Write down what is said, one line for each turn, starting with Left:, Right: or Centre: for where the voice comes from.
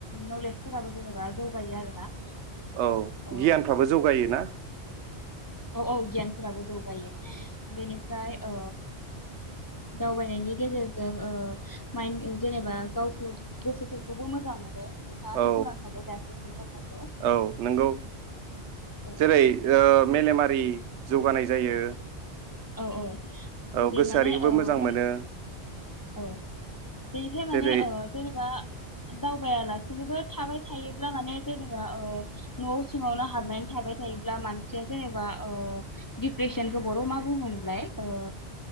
Left: नलेजफोराबो जेनेबा जौगायो आरोना।
Right: औ
Left: ओ
Right: गियानफ्राबो जौगायो ना।
Left: औ औ गियानफोराबो जौगायो बेनिफ्राय ओ दावबायनायनि गेजेरजों ओ माइन जेनेबा गावखौ गोसोफोरखौबो मोजां नोंथाङाथ'
Right: औ
Left: बुंलांखाबाय दासो बे बाथ्राखौ
Right: औ औ नंगौ
Left: औ
Right: जेरै ओ मेलेमारि जौगानाय जायो।
Left: औ औ।
Right: औ
Left: जुदि
Right: गोसोआरिखोबो
Left: माने ओ
Right: मोजां
Left: मोन
Right: मोनो।
Left: औ बेनिफ्राय
Right: जेरै
Left: माने ओ जेनेबा दावबायायालासिनोबो थाबाय थायोब्ला माने जेनेबा ओ, न'आव सिङावनो हाबनानै थाबाय थायोब्ला मानसिया जेनेबा ओ डिप्रेसनखौ बर'आव मा बुङोमोनलाय? ओ